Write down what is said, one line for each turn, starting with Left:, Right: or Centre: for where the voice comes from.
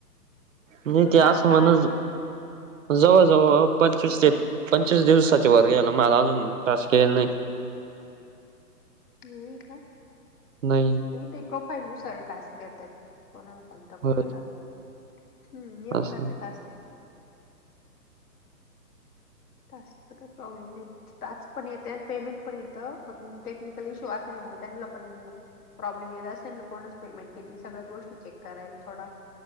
Right: नाही ते असं
Left: टास्क
Right: म्हण जवळ जवळ पंचवीस हे त. पंचवीस दिवसाचे वर गेला मला अजून टास्क यायला नाही.
Left: नाही का?
Right: नाही.
Left: नाही ते <unintelligible> टास्क देतात कोणा कोणता
Right: हो
Left: कोणाला? हम्म! येऊन
Right: असं
Left: जातं टास्क. टास्कचं काही प्रॉब्लेम नाही. टास्क पण येते, आणि पेमेंट पण येतं, पण टेक्निकल इश्यू असल्यामुळं त्यांना पण प्रॉब्लेम येत असेल ना, कोणाचं पेमेंट किती सगळ्याच गोष्टी चेक करायल थोडा